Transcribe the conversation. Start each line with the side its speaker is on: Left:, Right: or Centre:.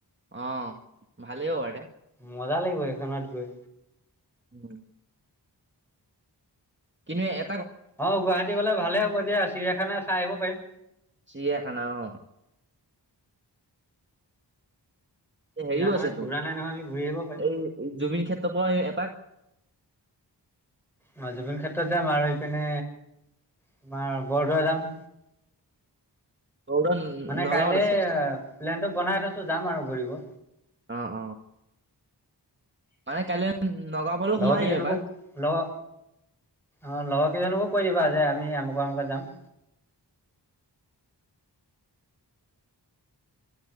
Right: অ', ভালেই হ'ব দে।
Centre: মজা লাগিব এইখনত গৈ।
Right: উম। কিন্তু এ
Centre: অ', গুৱাহাটী গ'লে ভালে হ'ব দিয়া চিৰিয়াখানা চাই আহিব পাৰিম।
Right: চিৰিয়াখানা অ এই
Centre: চিৰিয়াখানাত
Right: হেৰিও আছেতো,
Centre: ঘূৰা নাই নহয় আমি ঘূৰি আহিব পাৰিম
Right: এই জুবিন ক্ষেত্ৰৰ পৰাও এপাক
Centre: অ', জুবিন ক্ষেত্ৰত যাম আৰু ইপিনে, তোমাৰ বৰদোৱা যাম।
Right: ৰ'দত
Centre: মানে
Right: নগাঁৱত
Centre: কাইলে,
Right: আছে
Centre: প্লেনটো বনাই থৈছো যাম আৰু ঘূৰি হ'ব।
Right: অ', অ'। মানে কাইলৈ নগাঁও ফালেও
Centre: লগৰ
Right: সোমাই
Centre: কেইজনকো
Right: আহিম এপাক।
Centre: লগৰ অ', লগৰকেইজনকো কৈ দিবা যে আমি আমুকে আমুকে যাম।